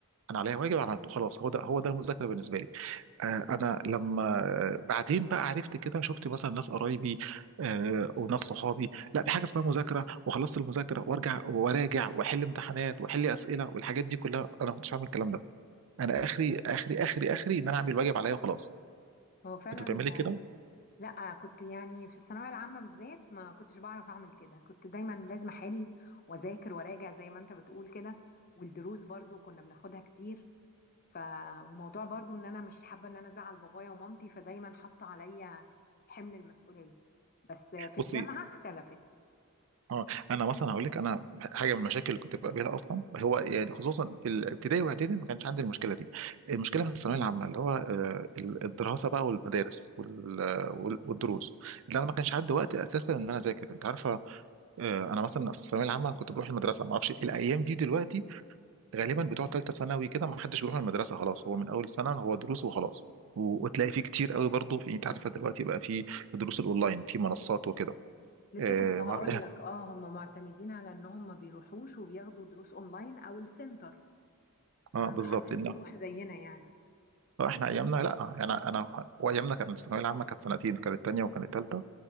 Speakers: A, on the right (about 60°); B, on the left (about 40°).
A: انا عليا واجب عملته خلاص هو ده هو ده المذاكره بالنسبه لي آه، انا لما آه، بعدين بقى عرفت كده شفت مثلا ناس قرايبي آه، وناس صحابي لا في حاجه اسمها مذاكره وخلصت المذاكره وارجع وراجع واحل امتحانات واحل اسئله والحاجات دي كلها انا ما كنتش عامل الكلام ده انا اخري اخري اخري اخري ان انا اعمل الواجب عليا وخلاص
B: هو فعلا
A: كنت بتعملي كده
B: لا كنت يعني في الثانويه العامه بالذات ما كنتش بعرف اعمل كده كنت دايما لازم احل واذاكر وراجع زي ما انت بتقول كده والدروس برضه كنا بناخدها كتير ف وموضوع برضه ان انا مش حابه ان انا ازعل بابايا ومامتي فدايما حاطه عليا حمل المسؤوليه بس في الجامعه
A: بصي
B: اختلفت
A: اه انا مثلا هقول لك انا حاجه من المشاكل اللي كنت بقابلها اصلا هو يعني خصوصا في الابتدائي واعدادي ما كانش عندي المشكله دي المشكله في الثانويه العامه اللي هو آه، ال- الدراسه بقى والمدارس وال- آه، وال- والدروس اللي انا ما كانش عندي وقت اساسا ان انا اذاكر انت عارفه آه، انا مثلا الثانويه العامه كنت بروح المدرسه ما اعرفش الايام دي دلوقتي غالبا بتوع ثالثه ثانوي كده ما حدش بيروح المدرسه خلاص هو من اول السنه هو دروس وخلاص و- وتلاقي فيه كتير قوي برضه في انت عارفه دلوقتي بقى في دروس الاونلاين في منصات وكده
B: لسه
A: آه،
B: كنت
A: ما
B: هقول
A: أعرف- إيه،
B: لك اه هم معتمدين على ان هم ما بيروحوش وبياخدوا دروس اونلاين او السنتر فمحدش
A: اه بالظبط
B: بيروح زينا يعني
A: لا، احنا ايامنا لا يعني انا أنا- وايامنا كانت الثانويه العامه كانت سنتين كانت تانية وكانت تالتة